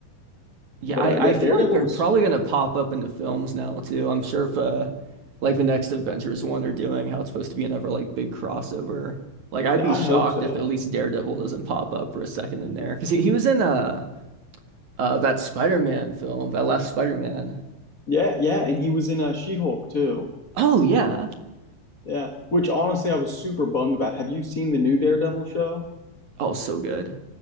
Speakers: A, on the right; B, on the left.
A: Yeah,
B: But
A: I,
B: uh, yeah,
A: I
B: Daredevil
A: feel like they're
B: was.
A: probably going to pop up into films now too. I'm sure if uh like the next Avengers one they're doing, how it's supposed to be another like big crossover. Like I'd be
B: I
A: shocked
B: hope so.
A: if at least Daredevil doesn't pop up for a second in there because he, he was in uh uh that Spider-Man film, that last Spider-Man.
B: Yeah, yeah, and he was in uh, She-Hulk too.
A: Oh yeah.
B: Yeah, which honestly I was super bummed about. Have you seen the new Daredevil show?
A: Oh, so good.